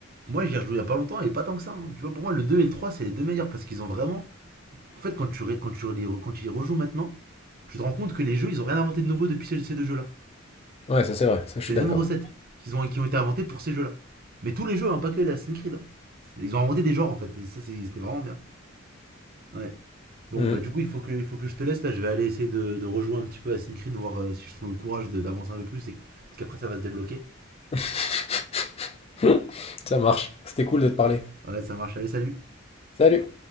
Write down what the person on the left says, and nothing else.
Ouais, ça c'est vrai, ça
je suis
d'accord.
Mm.
<laughs> Ça marche. C'était cool de te parler.
Salut!